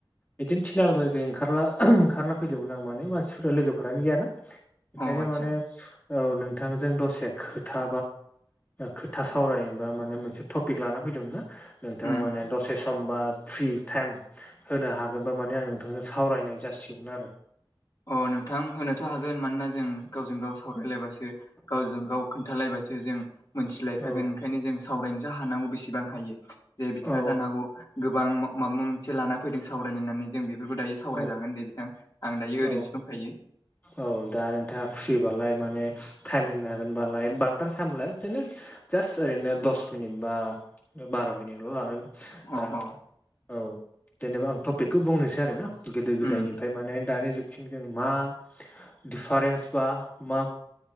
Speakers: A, on the left (about 20°); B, on the left (about 45°).
A: बिदिनो थिन आलागै ओंखारला ओंखारना फैदोंमोन आं माने मानसिफोरा लोगोफोरानो गैयाना। ओंखायनो
B: अ आदसा
A: माने औ नोंथांजों दसे खोथा खोथा सावरायनो बा मोनो टपिक लाना फैदों ना नोंथाङा
B: उम
A: माने
B: उम
A: द ससे समबा फ्रि टाइम होनो हागोनबा माने आं नोंथांजों सावरायनाय जासिगौमोन आरो।
B: अ नोंथां होनोथ' हागोन मानोना जों गावजों गाव सावरायलायबासो गावजों गाव खोन्थालायबासो जों मोनथिलायखागोन
A: औ
B: ओंखायनो जों सावरायनो ज हानांगौ बेसेबां हायो जे बिथाङा
A: औ
B: जानांगौ गो गोबां माबा मोनसे लान फैदों सावरायनोनानै जों बेफोरखौ दायो सावरायजागोन
A: औ
B: दे बिथां आं दायो।
A: औ
B: ओरैनोसो दंखायो
A: औ दा नोंथाङा फ्रि बालाय माने टाइम होनो हागोनबालाय बांद्रार साइ मोनलाय बिदिनो जास्ट ओरैनो दस मिनिट बा बार' मिनिटल' लागोन।
B: अ
A: दा
B: अ
A: औ जेनेबा आं टपिकखौ बुंनोसै आरोना गोदो गोदायनिफ्राय
B: उम
A: माने दानि जुगसिम जों मा दिफारेन्स बा मा